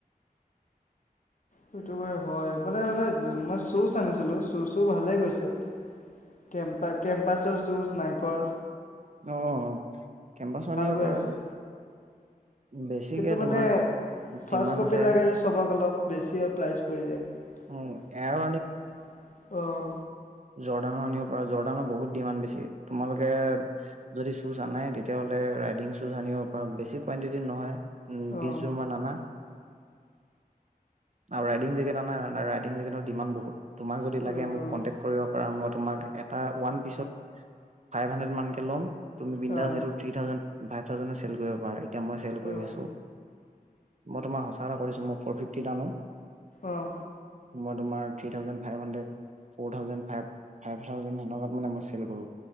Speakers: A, on the left (about 55°); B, on the right (about 50°).
A: সটো বাৰু হয় মানে মানে, মই চুচ আনিছিলো চুচও ভালে গৈছে, কেম্প কেম্পাছৰ জুচ নাই। ঘৰ।
B: আহ, কেম্পাছন
A: গৈ
B: পৰা
A: আছে
B: বেছিকে
A: কিন্তু মানে
B: তোমাৰ
A: ফাৰ্ষ্ট
B: ডিমাণ্ড
A: কপি
B: আছে
A: লাগে যে চব অলপ বেছি আৰু প্ৰাইচ পৰি যায়
B: উম, এয়াৰো
A: আহ।
B: জৰ্দানৰ আনিব পৰা জৰ্দানৰ বহুত ডিমাণ্ড বেছি তোমালোকে যদি শ্বুজ আনাই তেতিয়াহ'লে ৰাইডিং শ্বুজ আনিব পৰাা বেছি কুৱণ্টিটিত নহয়। উম বিশ
A: অ',
B: জোৰ মান আনা আৰু ৰাইডিং জেকেট নাই, ৰাইডিং জেকেটৰ ডিমান বহুত। তোমাক যদি লাগে
A: অ',
B: মোক কণ্টেক কৰিব পাৰা মই এটা ওৱান পিচত ফাইভ হুন্দ্ৰেদ কেই লম তুমি বিন্দাচ
A: অ',
B: এইটো থ্ৰী থাউজেণ্ড ফাইভ থাউজেণ্ডত চেল কৰিব পাৰিব। এতিয়া মই চেল কৰি
A: অ',
B: আছো মই তোমাক সঁচা এৰা কৰিছোঁ মই ফ'ৰ ফিফটিত আনো
A: আহ
B: মই তোমাৰ three thousand five hundred four thousand five five thousand সেনেকুৱাত মান মই চেল কৰো